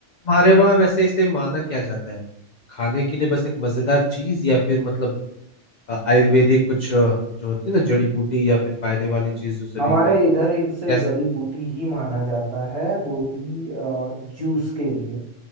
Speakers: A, on the left; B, on the right.
A: हमारे वहाँ वैसे इसे माना क्या जाता है खाने के लिए बस एक मजेदार चीज या फिर मतलब अ, आयुर्वेदिक कुछ अ, जो होती है ना जड़ी बूटी या फिर फायदे वाली चीज जो शरीर
B: हमारे
A: पर
B: इधर इसे
A: कैसे
B: जड़ी बूटी ही माना जाता है वो भी जूस के लिए